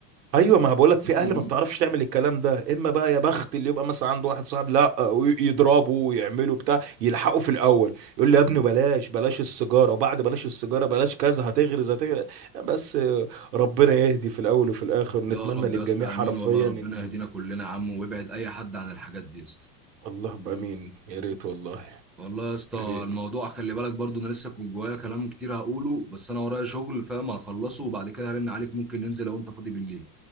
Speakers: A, on the right; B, in the centre.
A: ايوه ما بقولك في
B: مم.
A: اهل ما بتعرفش تعمل الكلام ده اما بقى يا بخت اللي يبقى مثلا عنده واحد صاحب لا ويضربه ويعمله بتاع يلحقه في الاول يقول
B: يا
A: له
B: عم
A: يا ابني بلاش بلاش السيجاره وبعد بلاش السيجاره بلاش كذا هتغرز هتغرز بس آه، ربنا يهدي في الاول وفي الاخر نتمنى
B: يا رب
A: للجميع
B: يا اسطى
A: حرفيا
B: امين والله ربنا
A: ان
B: يهدينا كلنا يا عم ويبعد اي حد عن الحاجات دي يا اسطى
A: اللهم امين يا ريت والله
B: والله يا اسطى
A: يا ريت
B: الموضوع خلي بالك برضو انا لسه كنت جوايا كلام كتير هقوله بس انا ورايا شغل فاهم هخلصه وبعد كده هرن عليك ممكن ننزل لو انت فاضي بالليل